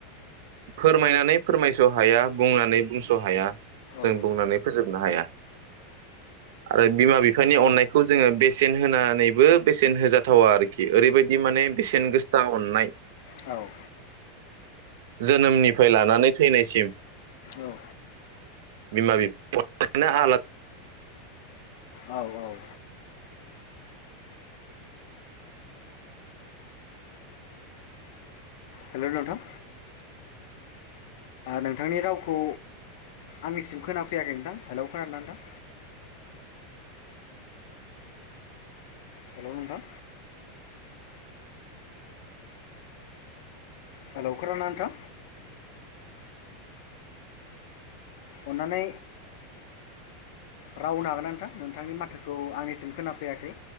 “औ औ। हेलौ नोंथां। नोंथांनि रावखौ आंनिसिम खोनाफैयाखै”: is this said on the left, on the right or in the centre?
Left